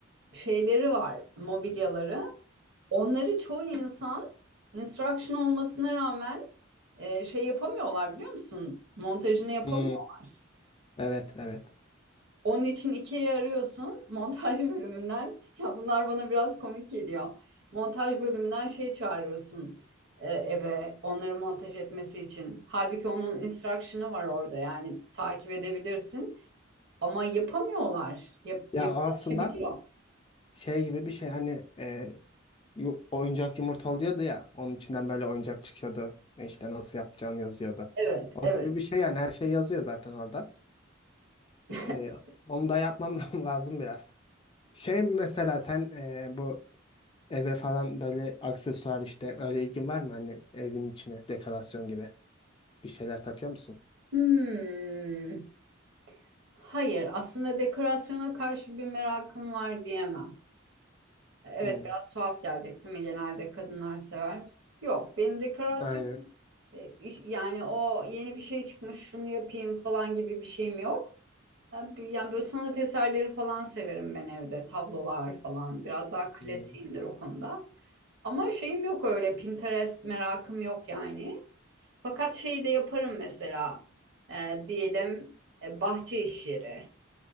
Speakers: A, on the right (about 65°); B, on the left (about 25°).
A: şeyleri var, mobilyaları. Onları çoğu insan instruction olmasına rağmen e, şey yapamıyorlar biliyor musun? Montajını yapamıyorlar.
B: Hmm. Evet, evet.
A: Onun için ikiye arıyorsun montaj bölümünden. <laughs> Ya bunlar bana biraz komik geliyor. Montaj bölümünden şey çağırıyorsun e, eve onları montaj etmesi için. Halbuki onun instruction'ı var orada yani takip edebilirsin. Ama yapamıyorlar. Yap,
B: Ya
A: yapılamayabiliyor.
B: o aslında şey gibi bir şey hani e, yu- oyuncak yumurta oluyordu ya. Onun içinden böyle oyuncak çıkıyordu. E İşte nasıl yapacağını yazıyordu.
A: Evet,
B: O
A: evet.
B: gibi bir şey yani her şey yazıyor zaten orada.
A: <laughs>
B: E, onu da yapmam <laughs> lazım biraz. Şey mesela sen e, bu eve falan böyle aksesuar işte öyle ilgin var mı? Hani evin içine dekorasyon gibi bir şeyler takıyor musun?
A: Hmm. Hayır, aslında dekorasyona karşı bir merakım var diyemem. Evet,
B: Hı,
A: biraz tuhaf gelecek değil mi? Genelde kadınlar sever. Yok, benim dekorasyon
B: aynen.
A: E, iş- Yani o yeni bir şey çıkmış şunu yapayım falan gibi bir şeyim yok. Ben bir- Yani böyle sanat eserleri falan severim ben evde. Tablolar falan. Biraz daha klasiğimdir
B: Hı.
A: o konuda. Ama şeyim yok öyle. Pinterest merakım yok yani. Fakat şeyi de yaparım mesela. E, diyelim e, bahçe işleri.